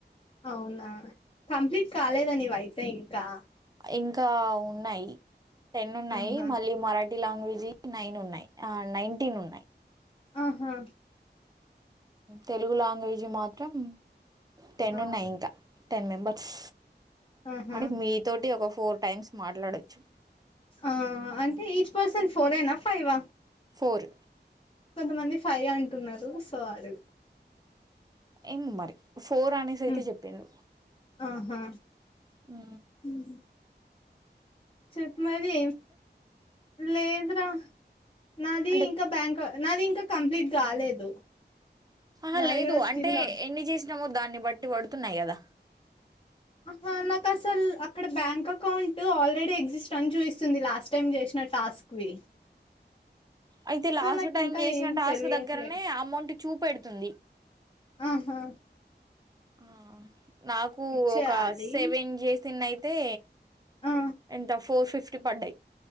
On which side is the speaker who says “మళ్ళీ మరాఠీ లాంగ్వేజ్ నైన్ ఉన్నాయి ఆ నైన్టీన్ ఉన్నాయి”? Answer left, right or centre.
Right